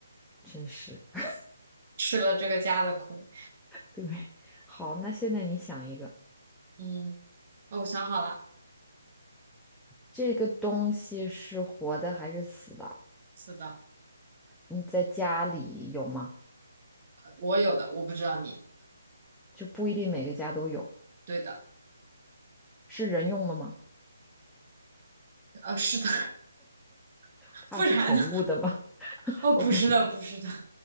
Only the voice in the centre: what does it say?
真是。<laughs>
对，好，那现在你想一个，
这个东西是活的还是死的？
你在家里有吗？
就不一定每个家都有。
是人用的吗？
它是宠物的吗？
OK，<laughs>